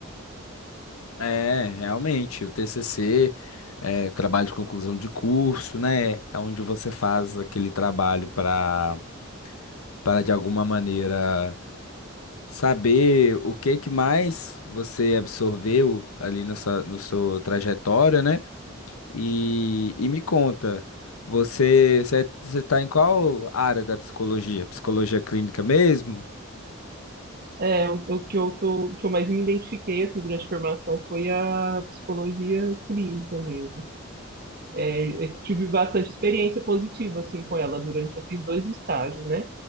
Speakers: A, on the left (about 85°); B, on the right (about 45°).
A: É, realmente, o TCC, é, o trabalho de conclusão de curso, né? É onde você faz aquele trabalho para para de alguma maneira saber o que que mais você absorveu ali na sua, no sua trajetória, né? E, e me conta, você você é, você está em qual área da psicologia? Psicologia clínica mesmo?
B: é, é, o, o que eu tô, o que eu mais me identifiquei, assim, durante a formação foi a psicologia clínica mesmo. É, eu tive bastante experiência positiva, assim, com ela durante, eu fiz dois estágios, né?